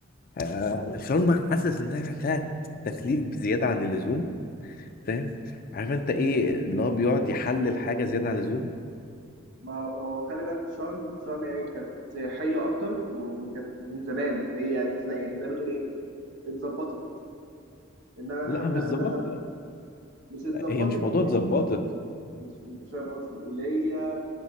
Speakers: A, on the left (about 45°); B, on the right (about 60°).
A: آه، شرم حاسس انها فيها تكليف بزياده عن اللزوم فاهم عارف انت ايه اللي هو بيقعد يحلل حاجه زياده عن اللزوم
B: ما هو هو خلي بالك شرم شرم هي كانت سياحيه اكتر وكانت من زمان فهي تلاقي يعني زي ما تقول ايه اتظبطت انما دهب
A: لا مش
B: لا
A: ظبطت
B: دهب مش اتظبطت
A: هي مش موضوع اتظبطت
B: مش مش فاهم قصدي اللي هي